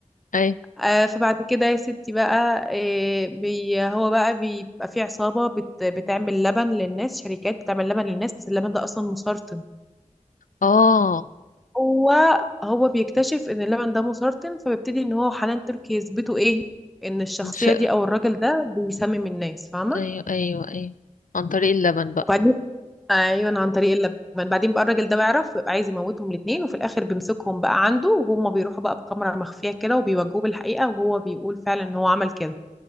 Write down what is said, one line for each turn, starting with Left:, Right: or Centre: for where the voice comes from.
Left: اي
Centre: آه، فبعد كده يا ستي بقى آه، بي هو بقى بيبقى في عصابة بت بتعمل لبن للناس شركات بتعمل لبن للناس بس اللبن ده اصلا مسرطن
Left: اه
Centre: هو هو بيكتشف ان اللبن ده مسرطن فبيبتدي ان هو حنان تركي يثبتوا ايه ان الشخصيه
Left: ش...
Centre: دي او الراجل ده بيسمم الناس فاهمه
Left: ايوه ايوه ايوه عن طريق اللبن بقى
Centre: وبعدين ايوه عن طريق اللبن بعدين بقى الراجل ده بيعرف ويبقى عايز يموتهم الاثنين وفي الاخر بيمسكهم بقى عنده وهم بيروحوا بقى بكاميرا مخفيه كده وبيواجهوه بالحقيقه وهو بيقول فعلا ان هو عمل كده